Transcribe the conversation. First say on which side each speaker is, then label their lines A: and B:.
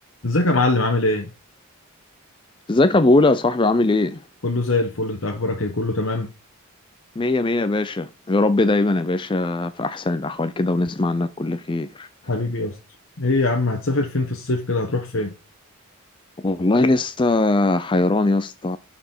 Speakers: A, on the left (about 60°); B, on the left (about 20°).
A: ازيك يا معلم عامل ايه؟
B: ازيك يا ابو ولا يا صاحبي عامل ايه
A: كله زي الفل انت اخبارك ايه؟ كله تمام؟
B: مية مية يا باشا يا رب دايما يا باشا في احسن الاحوال كده ونسمع عنك كل خير
A: حبيبي يا اسطى ايه يا عم هتسافر فين في الصيف كده هتروح فين؟
B: والله لسه حيران يا اسطى